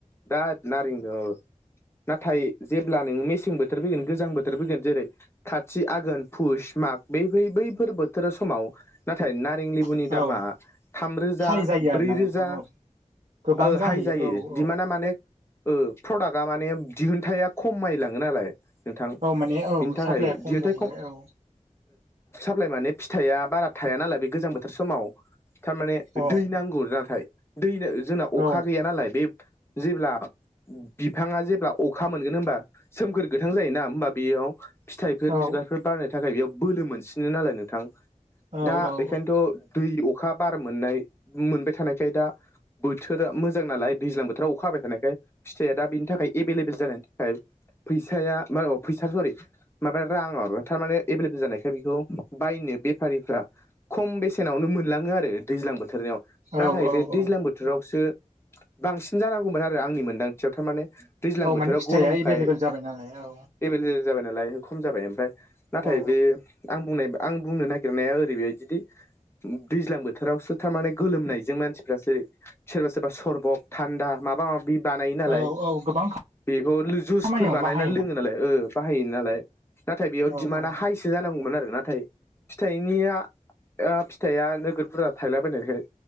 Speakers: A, on the left; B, on the right.
A: दा नारें दो औ। नाथाय जेब्ला नोङो मेसें बोथोर फैगोन गोजां बोथोर फैगोन जेरै खाथि आघोन फुस माग बेै बैफोर बोथोर समाव नाथाय ना नारें लेबुनि
B: औ
A: दामा
B: औ
A: थाम रोजा
B: हाइ जायो
A: ब्रै
B: आरोना
A: रोजा
B: नोंथां औ गोबां
A: ओ
B: जाहैयो
A: हाइ जायो
B: औ औ
A: दिमाना माने प्रडाक्टआ माने दिहुनथाया खमाय लाङो नालाय नोंथां
B: औ माने औ
A: बिनि थाखाय
B: साप्लाया
A: दिहोथाय
B: जाहैबाय
A: खम
B: औ
A: साप्लाय माने फिथाइया बारा थाया नालाय बे गोजां बोथोर समाव थारमाने
B: अ
A: दै नांगौ नाथाय दैनो जोंना अखा
B: औ
A: गैया नालाय बे जेब्ला बिफाङा जेब्ला अखा मोनगोन होनबा सोमखोर गोथां जायोना होमबा बेयाव फिथाइफोर
B: औ
A: बिबारफोर बारनो थाखाय बेयाव बोलो मोनसिनो नालाय नोंथां
B: औ
A: दा
B: औ
A: बेखायनोथ'
B: औ
A: दै अखा बार मोननाय मोनबाय थानायखाय दा बोथोरा मोजां नालाय दैज्लां बोथोराव अखा हाबाय थानायखाय फिथाइया दा बिनि थाखाय एभेलेबेल जानायनि थाखाय फैसाया मा फैसा <unintelligible> माबा राङा थारमाने एभेलेबेल जानायखाय बेखौ बायनो बेफारिफ्रा खम बेसेनावनो मोनलाङो आरो दैज्लां बोथोराव नाथाय
B: औ औ
A: बे दैज्लां बोथोरावसो बांसिन जानांगौमोन आरो आंनि मोनदांथियाव थारमाने दैज्लां
B: औ
A: बोथोराव
B: माने फिथाइआ
A: गरमखाय
B: एभेलेबेल जाबाय नालाय औ
A: एभेलेबेल जाबाय नालाय खम जाबाय ओमफ्राय नाथाय
B: औ
A: बे आं बुंनाय आं बुंनो नागिरनाया ओरैबाय दि दैज्लां बोथोरावसो थारमाने गोलोमनायजों मानसिफ्रासो सोरबा सोरबा सरबक थान्दा माबा माबिथ बानायो नालाय
B: औ औ गोबां
A: बेखौ जुसफोर
B: खामानियावनो
A: बानायनानै
B: बाहायोना
A: लोङो नालाय बाहायो नालाय नाथाय बेयाव
B: औ
A: दिमानदा
B: औ
A: हाइसो जानांगौमोन आरो नाथाय फिथाइनिया फिथाइया नोगोद बुरजा थायलाबायनायखाय